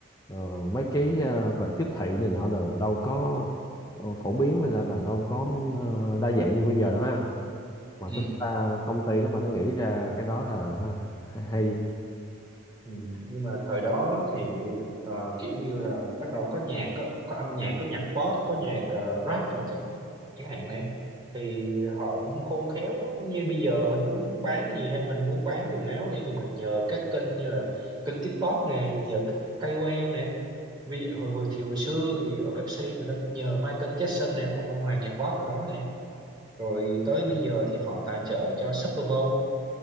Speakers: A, on the left (about 15°); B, on the right (about 20°).
A: ờ, mấy cái ờ, về tiếp thị này nọ đều đâu có ờ, phổ biến hay là là đâu có ờ, đa dạng như bây giờ đâu ha mà
B: ừ.
A: tính ra công ty đó mà nó nghĩ ra cái đó là ha, hay, hay.
B: Ừ, nhưng mà thời đó thì ờ, kiểu như là bắt đầu có nhạc có, có âm nhạc có nhạc pop có nhạc ờ, rap rồi chẳng chẳng hạn nè thì họ cũng khôn khéo như bây giờ mình muốn bán cái gì hay mình muốn bán quần áo đi thì mình nhờ các kênh như là kênh TikTok nè nhờ các KOL nè ví dụ hồi, hồi thì hồi xưa thì ở Pepsi người ta cũng nhờ Michael Jackson nè ông, ông hoàng nhạc pop của đó nè rồi tới bây giờ thì họ tài trợ cho Super Bowl